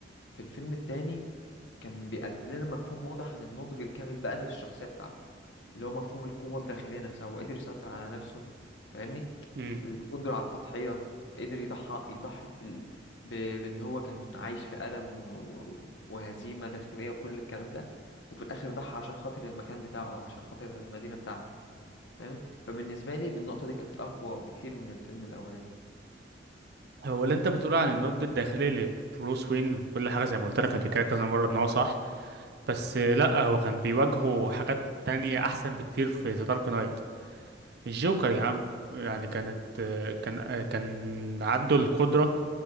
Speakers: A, on the left (about 70°); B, on the right (about 60°).
A: في الفيلم التاني كان بيقدم لنا مفهوم واضح عن النضج الكامل بقى للشخصية بتاعته اللي هو مفهوم القوة الداخلية نفسها هو قدر يسيطر على نفسه فاهمني
B: مم.
A: القدرة على التضحية قدر يضحى يضحي بال... ب... بأن هو كان عايش في ألم و... و- وهزيمة داخلية وكل الكلام ده وفي الآخر ضحى عشان خاطر المكان بتاعه أو عشان خاطر المدينة بتاعته فاهم فبالنسبة لي بالنقطة دي كانت أقوى بكتير من الفيلم الأولاني
B: هو اللي انت بتقول عن النضج الداخلي لبروس وين وكل حاجة زي ما قلت لك قبل كده كذا مرة ان هو صح بس آه، لا هو كان بيواجهه حاجات تانية احسن بكتير في ذا دارك نايت الجوكر يا عم يعني كانت آه، كان آه، كان عنده القدرة